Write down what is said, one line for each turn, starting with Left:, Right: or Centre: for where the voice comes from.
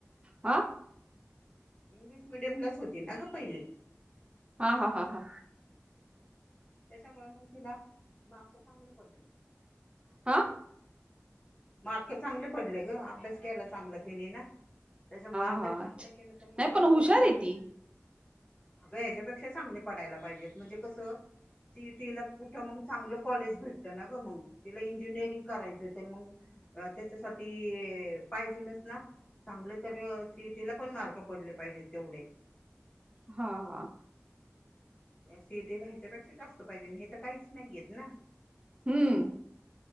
Right: हा.
Left: इंग्लिश मिीडियमलाच होती ना ग पहिले.
Right: हा हा हा हा.
Left: त्याच्यामुळं मग तिला मार्क चांगले पडले.
Right: आ.
Left: मार्क चांगले पडले ग अभ्यास केला चांगला तिने ना. त्याच्यामुळे अभ्यास
Right: हा
Left: चांगला
Right: अच्छा
Left: केला तर मग
Right: नाही
Left: मार्क
Right: पण हुशार
Left: चांगले
Right: आहे
Left: पडले.
Right: ती
Left: अगं ह्याच्यापेक्षा चांगले पडायला पाहिजेत म्हणजे कसं सीईटी ला कुठं मग चांगलं कॉलेज भेटतं ना ग मग तिला इंजिनिअरिंग करायचं तर मग. अ त्याच्यासाठी पाहिजे नच ना. चांगले तर सिएटीला पण मार्क पडले पाहिजेत तेवढे.
Right: हा.
Left: सीएटी ला ह्याच्यापेक्षा जास्त पाहिजे हे तर काहीच नाहीयेत ना.
Right: हम्म